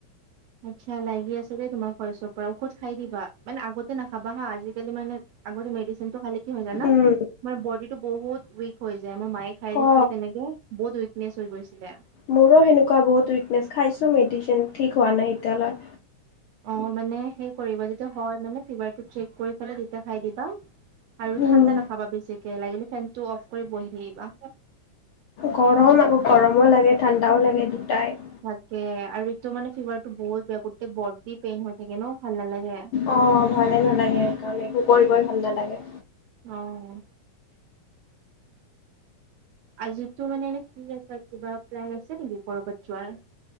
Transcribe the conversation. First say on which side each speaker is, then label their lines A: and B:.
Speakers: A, on the right; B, on the left.
A: আচ্ছা লাগি আছে দেই তোমাৰ ভইচৰ পৰা ঔষধ খাই দিবা, মানে আগতে নাখাবা হা আজিকালি মানে আগতে মেডচিন টো খালি কি হৈ জানা?
B: উম
A: মানে বডি টো বহুত উইক হৈ যায়, মোৰ মাইয়ে খাই
B: অ
A: দিছিলে তেনেকে। বহুত উইকনেছ হৈ গৈছিলে।
B: মোৰো সেনেকুৱা বহুত উইকনেছ খাইছোঁ মেডিচিন, ঠিক হোৱা নাই এতিয়ালৈ।
A: অ', মানে সেই কৰিবা যেতিয়া হয় মানে ফিভাৰ টো চেক কৰি ফালে তেতিয়া খাই দিবা। আৰু
B: উম
A: ঠাণ্ডা নাখাবা বেছিকে লাগিলে ফেন টো অফ কৰি বহি থাকিবা।
B: গৰম আকৌ গৰমো লাগে, ঠাণ্ডাও লাগে দুটাই।
A: তাকে আৰু এইটো মানে ফিভাৰতটো বহুত বেয়া গোটেই বডি পেইন হৈ থাকে ন ভাল নালাগে।
B: অ', ভালে নালাগে সেইকাৰণে একো কৰিবই ভাল নালাগে।
A: অ'। আজিটো মানে এনে ফ্ৰি আছা কিবা প্লেন আছে নেকি কৰ'বাত যোৱাৰ?